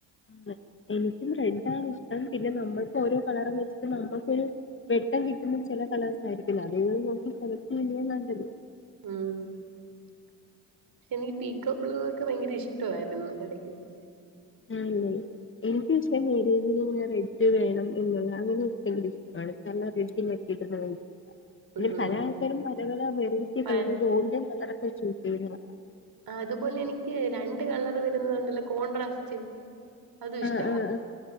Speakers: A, on the left; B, on the right.
A: ആണ് എനിക്കും റെഡ് ആണ് ഇഷ്ടം. പിന്നെ നമ്മൾക്ക് ഓരോ കളറും വെച്ചിട്ട് നമ്മക്കൊരു വെട്ടം കിട്ടുമ്പം ചെല കളേഴസ് ആയിരിക്കില്ല അതൊന്ന് നോക്കി സെലക്ട് ചെയ്യുന്നേ നല്ലത്.
B: ഉം പക്ഷെ എനിക്ക് പീക്കോക് ബ്ലൂ ഒക്കെ ഭയങ്കര ഇഷ്ടവായിരുന്ന് എടക്ക് വച്ച്.
A: ആഹ് ല്ലേ എനിക്ക് പഷേ <unintelligible> ഡ് വേണം എന്നുള്ള അങ്ങനെയൊക്കെ എൻറെ ഇഷ്ടമാണ് കാരണം റെഡിനൊക്കെ കിട്ടുന്ന <unintelligible> പിന്നെ
B: ഉം
A: പല ആൾക്കാരും പല പല വെറൈറ്റി
B: പ
A: കളറ് ഗോൾഡൻ കളറ് <unintelligible>
B: അതുപോലെ എനിക്ക് രണ്ട് കളറ് വരുന്നതുണ്ടല്ലോ കോൺട്രാസ്റ്റ് അതും
A: ആഹ്
B: ഇഷ്ടവാ
A: ആഹ് ആഹ്